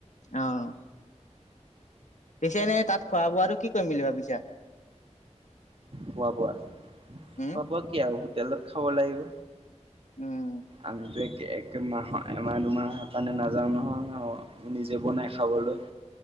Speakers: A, on the left (about 80°); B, on the right (about 50°).
A: অহ পিছেনে তাত খোৱা বোৱাটো কি কৰিম বুলি ভাবিছা।
B: খোৱা- বোৱা? খোৱা-
A: উম
B: বোৱা কি আৰু হোটেলত খাব লাগিব।
A: উম
B: আমি ত একমাহৰ এমাহ দুমাহৰ কাৰণে নাযাওঁ নহয় নিজে বনাই খাবলৈ।